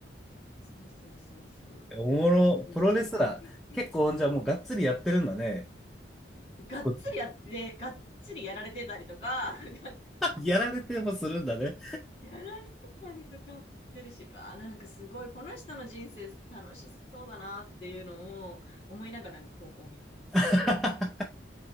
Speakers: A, on the left (about 35°); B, in the centre.
A: そうそうそうそう、
B: おもろ、
A: なんか、うん、
B: プロレスラー、
A: ちょっとびっくりっていうか、
B: 結構じゃあもうがっつりやってるんだね。
A: がっつりやって、
B: <laughs>
A: がっつりやられてたりとか、<laughs> が
B: やられてもするんだね。
A: やられてたりとかもしてるし、あ、なんかすごい、この人の人生楽しそうだなっていうのを思いながら投稿を見てます。
B: <laughs>
A: はい